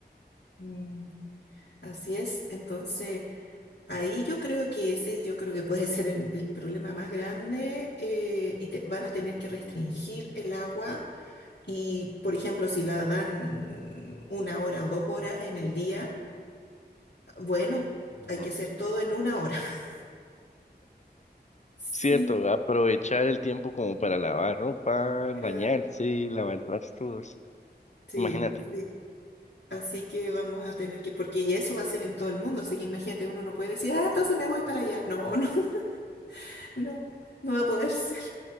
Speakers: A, on the left (about 75°); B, on the left (about 40°).
A: mm, así es. Entonces, ahí yo creo que ese, yo creo que puede ser el, el problema más grande eh, y te- van a tener que restringir
B: Ujú,
A: el agua y, por ejemplo, si la dan una hora o dos horas en el día, bueno,
B: ujú.
A: hay que hacer todo en una hora. <laughs> Sí,
B: Cierto, aprovechar el tiempo como para lavar ropa,
A: claro.
B: bañarse, lavar trastos.
A: Sí,
B: Imagínate.
A: sí. Así que vamos a tener que, porque y eso va a ser en todo el mundo, así que imagínate, uno no puede decir, ah, entonces me voy para allá. No, no, <laughs> no, no va a poder ser.